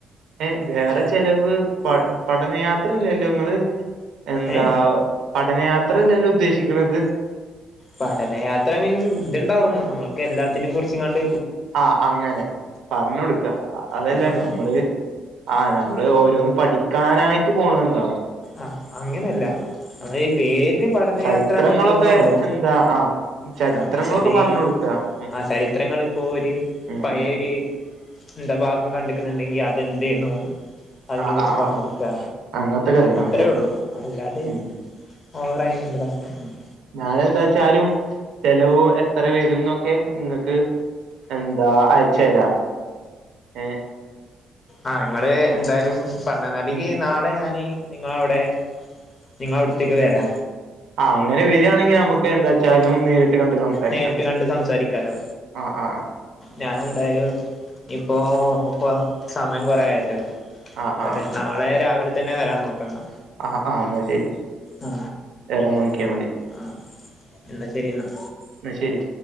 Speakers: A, on the right; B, on the left.
A: ഏഹ് വേറെ ചെലവ് പ പഠനയാത്രല്ലല്ലോ ങ്ങള് എന്താ
B: ഏ
A: പഠനയാത്രയല്ലല്ലോ ഉദ്ദേശിക്കണത്
B: പഠനയാത്ര മിൻ ഇത്ണ്ടാവും നമ്മുക്ക് എല്ലാത്തിനും കുറിച്ച് ങ്ങാണ്ട്
A: ആഹ് അങ്ങനെ പറഞ്ഞു കൊടുക്ക അതല്ല
B: പറഞ്ഞു കൊടുക്കണം
A: നമ്മള് ആഹ് നമ്മള് ഓരോന്ന് പഠിക്കാനായിട്ട് പോണെ ണ്ടാവും
B: ആഹ് അങ്ങനെല്ല അത് ഈ പേരി പഠനയാത്ര
A: ചരിത്രങ്ങളൊക്കെ
B: നിട്ടുന്നോള്ളു
A: എന്താ ആഹ് ചരിത്രങ്ങളൊക്കെ
B: ആഹ് ന്ന് വെച്ചാല്
A: പറഞ്ഞ് കൊടുക്ക ഉം
B: ആഹ് ചരിത്രങ്ങള് ഇപ്പോ ഒരു
A: ഉം
B: പഴേര്
A: ഉം
B: എന്താ ഭാഗം കണ്ടക്കുന്നുണ്ടെങ്കി അതെന്തേെന്നു അതിനെ
A: ആഹ്
B: കുറിച്ച്
A: ആഹ്
B: പറഞ്ഞ്
A: ആഹ്
B: കൊടുക്കാ
A: അങ്ങനത്തെ കാര്യങ്ങള്
B: അത്രയേ ഒള്ളൂ അല്ലാതെ
A: ഉം
B: ഓവറായി കാണ്ട് ഇതകൊന്നുംല്ല
A: ഞാനെന്താ ച്ചാലും ചെലവ് എത്ര വെറും ന്നൊക്കെ ങ്ങക്ക് എന്താ അയച്ചരാ ഏഹ്
B: ആഹ് ഇങ്ങള് എന്തായാലും പറഞ്ഞന്നാല് അല്ലെങ്കി
A: ഉം
B: നാളെ ഞാന് നിങ്ങളവിടെ നിങ്ങളവ്ടത്തക്ക് വെരാ
A: ആഹ് അങ്ങനെ വേരാണെങ്കി നമുക്ക് എന്താച്ചാലും നേരിട്ട് കണ്ട് സംസാരിക്കാ
B: നേരിട്ട് കണ്ട് സംസാരിക്കാലോ
A: ആഹ് ആഹ് ആഹ്
B: ഞാൻ എന്തായാലും ഇപ്പോ ഒപ്പോ സമയം കൊറേ ആയല്ലോ
A: ആ
B: ഒര്
A: ആ
B: നാളെ രാവിലെ തന്നെ വരാൻ നോക്കന്നാ
A: ആഹ് ആഹ് ന്നാ ശരി
B: ആ
A: വേറെ നോക്കിയാ മതി
B: ആ എന്നാ ശരി എന്നാ
A: എന്ന ശരി